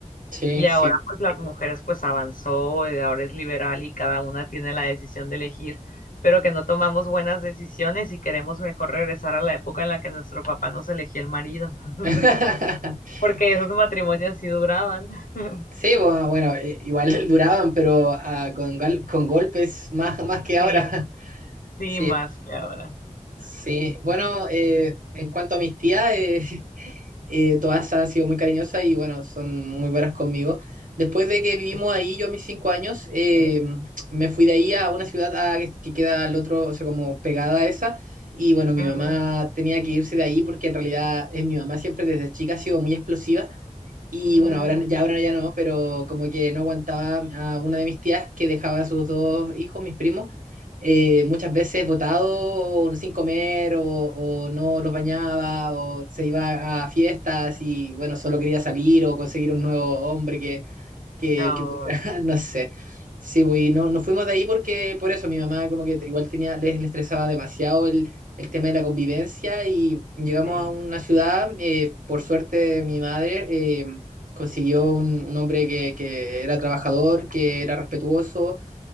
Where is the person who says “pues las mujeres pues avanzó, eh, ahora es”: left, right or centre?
Left